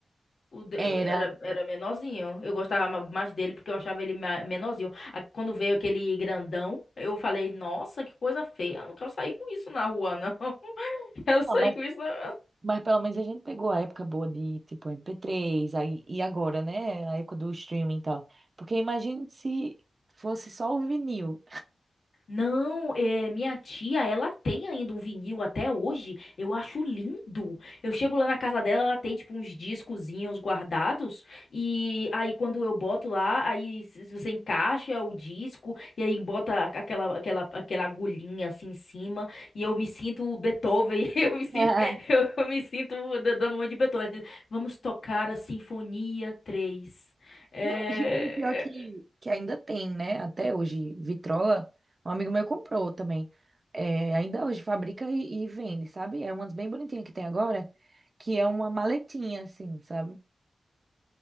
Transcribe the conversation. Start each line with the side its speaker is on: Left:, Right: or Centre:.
Left: O de-
Right: Era.
Left: Era, era menorzinho. Eu gostava ma- mais dele porque eu achava ele ma- menorzinho. A- Quando veio aquele grandão, eu falei, nossa, que coisa feia. Eu não quero sair com isso na rua, não. <laughs> Quero sair
Right: Ah, mas,
Left: com isso. não.
Right: mas pelo menos a gente pegou a época boa de, tipo, MP3, aí, e agora, né? A época do streaming e tal. Porque imagina se fosse só o vinil.
Left: Não, é, minha tia, ela tem ainda um vinil até hoje. Eu acho lindo. Eu chego lá na casa dela, ela tem tipo uns discozinhos guardados. E aí quando eu boto lá, aí se- se você encaixa o disco e aí bota a- aquela aquela aquela agulhinha assim em cima e eu me sinto o Beethoven. <laughs> Eu me sinto,
Right: Ah,
Left: eu me sinto da- dando uma de Beethoven. assim, Vamos tocar a Sinfonia três. É...
Right: Não, <laughs> e pior que, que ainda tem, né? Até hoje, vitrola, um amigo meu comprou também. É, ainda hoje fabrica e, e vende, sabe? É umas bem bonitinhas que tem agora, que é uma maletinha, assim, sabe?